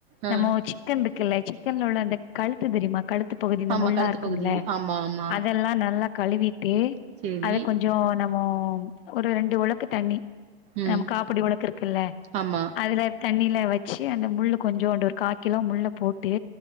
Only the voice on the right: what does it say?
ஆ
ஆமா
கழுத்து
பகுதி ஆமா ஆமா
சேரி
ம்
ஆமா